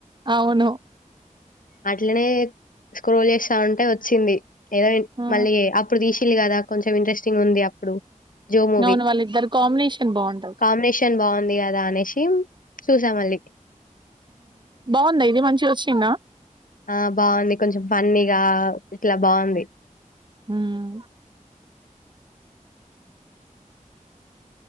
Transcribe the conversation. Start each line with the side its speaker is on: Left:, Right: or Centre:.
Right: అవును
Left: అట్లనే స్క్రోల్ చేస్తావుంటే వచ్చింది. ఏదో
Right: ఆ
Left: మళ్ళీ అప్పుడు తీస్ సిళ్ళు గాదా కొంచెం ఇంట్రెస్టింగ్ ఉంది అప్పుడు జో మూవీ
Right: అవును వాళ్ళిద్దరు కాంబినేషన్ బాగుంటది
Left: కాంబినేషన్ బాగుంది కదా అనేసి చూశా మళ్ళీ
Right: బాగుంద ఇది మంచిగ వచ్చిందా
Left: ఆ బాగుంది కొంచెం ఫన్నీగా ఇట్లా బాగుంది.
Right: మ్మూ